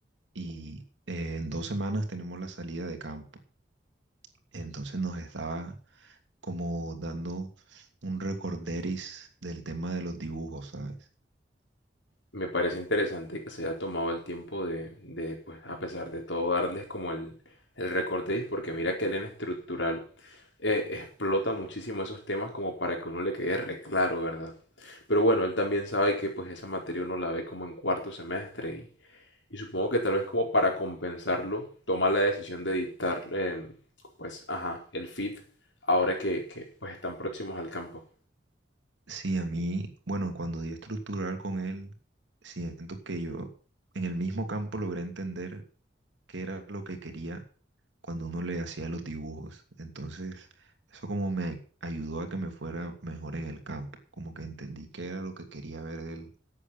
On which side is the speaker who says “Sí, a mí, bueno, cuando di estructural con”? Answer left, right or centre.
Right